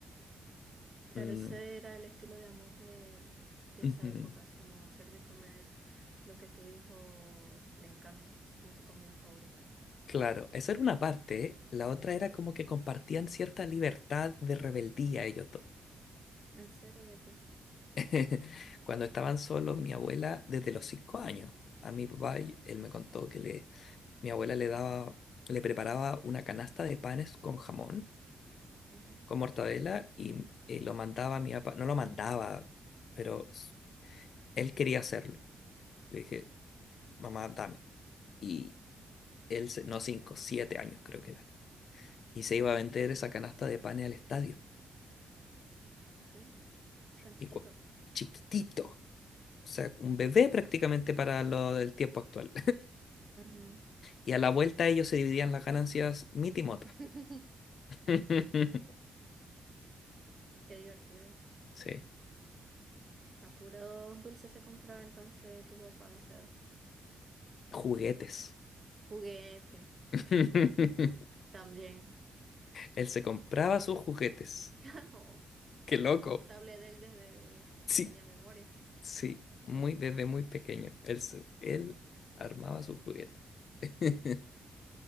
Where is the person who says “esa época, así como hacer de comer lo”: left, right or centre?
Right